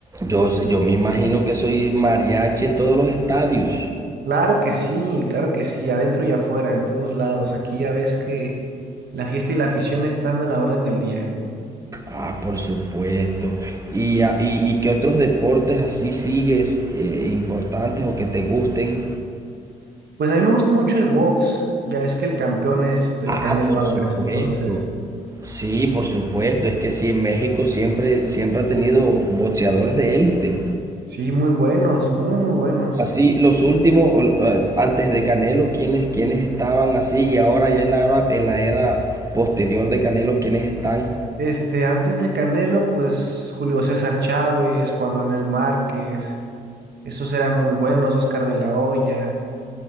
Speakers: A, on the right; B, on the right.
A: Yo, sé- yo me imagino que soy mariachi en todos los estadios.
B: Claro que sí, claro que sí, adentro y afuera, en todos lados. Aquí ya ves que la fiesta y la afición están a la orden del día, ¿eh?
A: Ah, por supuesto. ¿Y, a- y, y qué otros deportes así sigues eh, importantes o que te gusten?
B: Pues a mí me gusta mucho el box. Ya ves que el campeón es el
A: Ah,
B: Canelo
A: por
B: Álvarez,
A: supuesto.
B: entonces.
A: Sí, por supuesto. Es que sí, en México siempre, siempre ha tenido boxeadores de élite.
B: Sí, muy buenos, muy, muy buenos.
A: Así, los últimos, o, eh, antes de Canelo, quienes, quienes estaban así, y ahora ya en la era, en la era posterior de Canelo, quienes están.
B: Este, antes del Canelo, pues Julio César Chávez, Juan Manuel Márquez, esos eran muy buenos, Oscar de la Hoya.